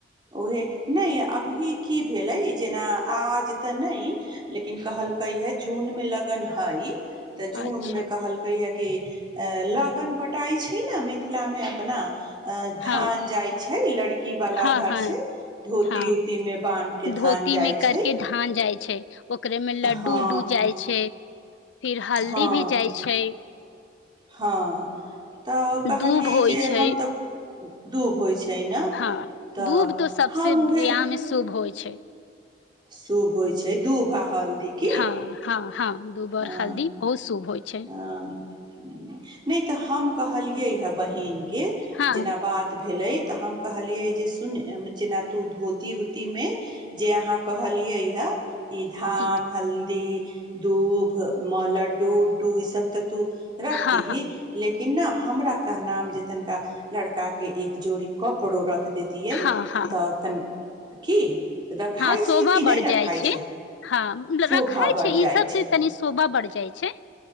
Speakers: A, on the right (about 25°); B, on the left (about 75°).
A: ओहे नहि अब अभी की भेलै जेना आज तऽ नहि लेकिन कहलकै हे जून मे लगन हइ तऽ जूनमे
B: अच्छा
A: कहलकै है कि अ लगन बटाइ छै ने मिथिलामे अपना अ
B: हँ
A: धान जाय छै लड़की वाला
B: हँ
A: घर
B: हँ
A: से धोती
B: हँ
A: उ तीमे बान्ह के
B: धोती
A: धान जाइ
B: मे करके
A: छै
B: धान जाइ छै ओकरे में लड्डू
A: हँ
B: उड्डू जाइ छै फिर हल्दी
A: हँ
B: भी जाइ छै
A: हँ तऽ कहलियै
B: दूब होइ
A: जे
B: छै
A: हम तऽ दूब होइ छै ने
B: हँ
A: तऽ
B: दूध तो सबसे
A: हम उहे
B: बियाह मे शुभ होइ छै छै
A: शुभ होइ छै दू भा हल्दी की
B: हँ हँ हँ दूबर
A: हँ
B: हल्दी बहुत शुभ होइ छै
A: हँ नहि तऽ हम कहलियै ह बहिन के
B: हँ
A: जेना बात भेले तऽ हम कहलियै जे सुून्य जेना तू धोती उतीमे जे अहाँ कहलियै हे ई धान
B: की
A: हल्दी दूब लड्डू उड्डू ई सब त तू रख
B: हँ
A: दी ही
B: हँ
A: लेकिन कि न हमरा कहनाम जे तनिका लड़का के एक जोड़ी कपड़ो र र दैतियै
B: हँ हँ
A: तऽ तन की रखाइ
B: हँ शोभा
A: छै कि
B: बढ़
A: नहि रखाइ
B: जाइ छै हँ
A: शोभा
B: रखाय छै
A: बढ़
B: ई
A: जाइ
B: सबसँ
A: छै
B: तनी शोा ब जाइ छै